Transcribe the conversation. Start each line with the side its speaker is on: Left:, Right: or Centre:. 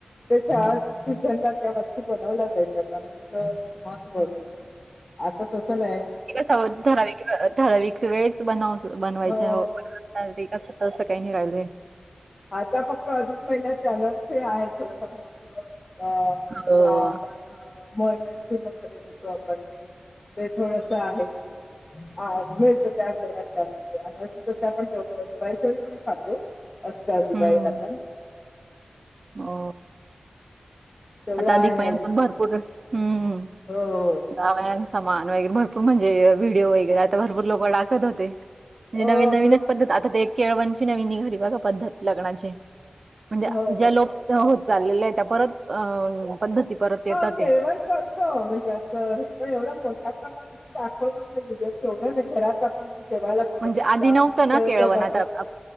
Left: तर त्या सीझनला त्या वस्तू बनवल्या जायच्या त्यामुळे एक महत्वत होत.
Right: <inaudible>
Left: आता कसला आहे.
Right: सगळ ठराविक ठधराविक वेळेच बनव बनवायच्या
Left: हो
Right: चा कसं तसं काही नाही राहिलंय.
Left: आता फक्त अधिक महिन्यात चॅलनस आहे थोडंफार म्हणून अ
Right: हो.
Left: किंवा आपण म सुर कर देतो आपण ते ते थोडस आहे. ह मिळत त्या वेळे जास्त आणि तस आपण ठेव बाईच्यावळी पण खातो असत
Right: हम्म.
Left: दिवाळी पण
Right: हो.
Left: तेवढं
Right: आता
Left: आहे
Right: अधिक महिना
Left: अजून
Right: पण भरपूर हम्म.
Left: हो
Right: दाव्यान सामान वगैरे भरपूर म्हणजे व्हिडिओ वगैरे आता भरपूर लक टाकत होते म्हण
Left: अ,
Right: नवीन नवीनच
Left: मग
Right: पद्ध आता ते एक केळवणची नवीनी घरी बघा पद्धत लग्नाची म्हणजे
Left: हो हो हो
Right: चाल आहे त्या परत पद्धती परत येतात
Left: हा केेळवण
Right: ते.
Left: क म्हणजे असं हे पण एवढं मोठ्या प्रमाात दाखवतडिओ तेवढं ना घरात आपण जेवाला बोलवतो
Right: म्हणजे आधी
Left: ज्या
Right: नव्हतं
Left: मुलीच
Right: ना केळवण
Left: तेबाच
Right: आता आ-